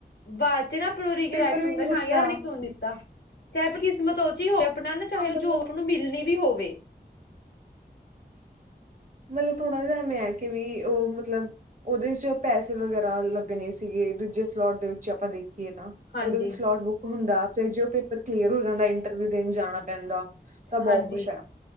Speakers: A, on the left; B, on the right.
A: ਬਾਅਦ ਚ ਨਾ ਪੂਰ ਔ ਰਿਗ਼ੈਰਟ
B: ਪੇਪਰ ਵੀ
A: ਹੁੰਦਾ,
B: ਨਹੀਂ ਦਿੱਤਾ
A: ਹਾਂ ਯਾਰ ਆਪਾਂ ਨੇ ਕਿਉਂ ਦਿੱਤਾ ਚਾਹੇ ਕਿਸਮਤ ਉਹ ਚ ਹੀ ਹੋਵੇ ਆਪਣਾ ਨਾ, ਚਾਹੇ
B: ਹਾਂ ਮਤਲਬ
A: ਉਹ ਜੋ ਆਪ ਨੂੰ ਮਿਲਣੀ ਵੀ ਹੋਵੇ।
B: ਮਤਲਬ ਥੋੜ੍ਹਾ ਜਿਹਾ, ਮੈਂ ਕੇ ਵੀ ਉਹ ਮਤਲਬ ਉਹਦੇ ਚ ਪੈਸੇ ਵਗੈਰਾ ਲੱਗਣੇ ਸੀਗੇ, ਦੂਜੇ ਲੋਟ ਦੇ ਵਿੱਚ ਆਪਾਂ ਦੇਖੀਏ ਤਾਂ,
A: ਹਾਂਜੀ,
B: ਉਹਦੇ ਵਿੱਚਲੋਟ ਬੁੱਕ ਹੁੰਦਾ, ਤੇ ਜੇ ਉਹ ਪੇਪਰ ਕਲੀਅਰ ਹੋ ਜਾਂਦਾ, ਇੰਟਰਵਿਊ ਦੇਣ ਜਾਣਾ ਪੈਂਦਾ। ਤਾਂ ਬਹੁਤ
A: ਹਾਂਜੀ
B: ਕੁਛ ਹੈ